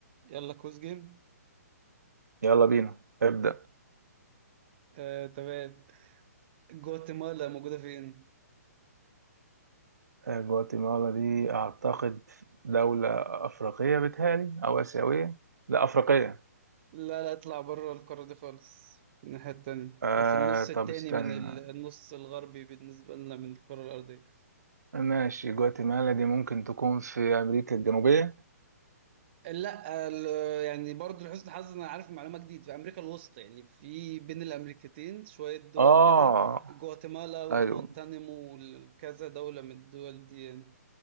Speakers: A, on the right (about 40°); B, on the right (about 80°).
A: يلا كوز جيم
B: يلا بينا ابدأ
A: آه، تمام جواتيمالا موجودة فين؟
B: آه، جواتيمالا دي أعتقد دولة أفريقية بتهيألي أو آسيوية لا أفريقية
A: لا لا اطلع بره القارة دي خالص في الناحية التانية
B: آه
A: في النص
B: طب
A: التاني
B: استنى
A: من ال- النص الغربي بالنسبة لنا من الكرة الأرضية
B: ماشي جواتيمالا دي ممكن تكون في أمريكا الجنوبية
A: لا ال- يعني برضو لحسن الحظ أنا عارف معلومة جديد في أمريكا الوسطى يعني في بين الأمريكتين شوية دول
B: آه
A: كده جواتيمالا وجوانتانيمو
B: أيوه
A: وكذا دولة من الدول دي يعني